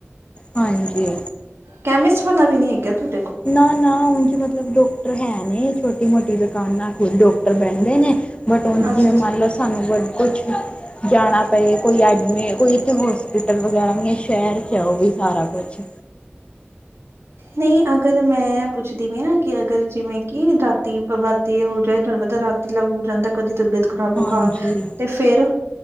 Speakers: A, on the left; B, on the right.
A: ਹਾਂਜੀ
B: ਕੈਮਿਸਟ ਵਾਲਾ ਵੀ ਨਹੀਂ ਹੈ ਕਿਤ <unintelligible>
A: ਨਾ ਨਾ ੳਂਜ ਮਤ ਮਤਲਬ ਡਾਕਟਰ ਹੈ ਨੇ ਛੋਟੀ ਮੋ ਮੋਟੀ ਦੁਕਾਨਾਂ ਖੁਦ ਡਾਕਟਰ ਬਹਿੰਦੇ ਨੇ, ਬਟ ਉਹ ਜਿਵੇਂ
B: ਅੱਛਾ ਅੱਛਾ
A: ਮੰਨ ਲੋਓ ਸਾਨੂੰ ਬ ਕੁਛ ਜਾਣਾ ਪਏ ਕੋਈ ਐਡਮੀਟ ਕੋਈ ਇਥੇ ਹੋਸਪਿਟਲ ਵਗੈਰਾ ਨਹੀ ਹੈ, ਸ਼ਹਿਰ 'ਚ ਉਹ ਵੀ ਸਾਰਾ ਕੁਛ।
B: ਨਹੀਂ ਅਗਰ ਮੈਂ ਪੁੱਛਦੀ ਵੀ ਨਾ ਕਿ ਅਗਰ ਜਿਵੇਂ ਕੀ ਰਾਤੀ ਪਬਾਤੀ ਹੋ ਜਾਏ ਤੁਹਾਨੂੰ ਪਤਾ ਰਾਤੀ ਜਲਾਬ ਹੋ ਜਾਂਦਾ। ਕਦੀ ਤਬੀਅਤ ਖ਼ਰਾਬ ਬੁਖਾਰ
A: ਹਾਂਜੀ
B: ਤੇ ਫੇਰ